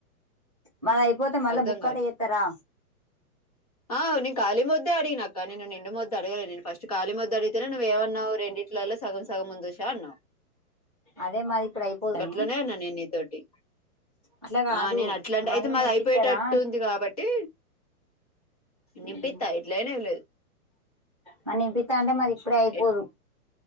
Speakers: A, on the right; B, on the left.
A: మరీ అయిపోతే మళ్ళా
B: అర్ధం
A: బుక్
B: కాలే
A: అంట చేస్తారా
B: ఆ నేను ఖాళీ మొద్దే అడిగిన అక్కా నిండు మొద్దు అడగలే నేను ఫస్ట్ కాలి మొద్దు అడిగితేనే నువ్వు ఏమన్నావు రెండింటిలలో సగం సగం ఉంది ఉషా అన్నావు
A: అదే మాది ఇప్పుడు అయిపోదని
B: గాట్లనే అన్న నీతోటి
A: అట్లా కాదు
B: ఆ నేను అట్లాంటే
A: మళ్ళా
B: అయితే మాది
A: నింపిస్తారా
B: అయిపోయేటట్టుంది కాబట్టి నింపిత్తా
A: ఉహు
B: ఇట్లైనా ఏం లేదు
A: మరి నింపిస్తా అంటే మది ఇప్పుడే అయిపోదు
B: ఎట్